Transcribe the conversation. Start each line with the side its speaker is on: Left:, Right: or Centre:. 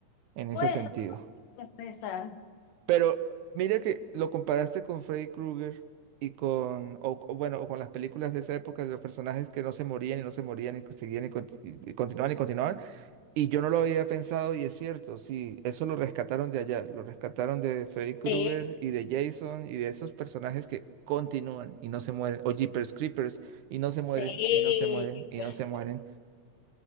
Right: en ese
Left: Puede
Right: sentido.
Left: ser, puede ser.
Right: Pero mira que lo comparaste con Freddy Krueger y con, o, o bueno, o con las películas de esa época, de los personajes que no se morían y no se morían y seguían y, conti- y continuaban y continuaban. Y yo no lo había pensado y es cierto, sí, eso lo rescataron de allá, lo rescataron de Freddy Krueger
Left: Sí,
Right: y de Jason y de esos personajes que continúan y no se mueren, o Jeepers Creepers y no se mueren,
Left: sí.
Right: y no se mueren, y
Left: Buena
Right: no se mueren.
Left: peli.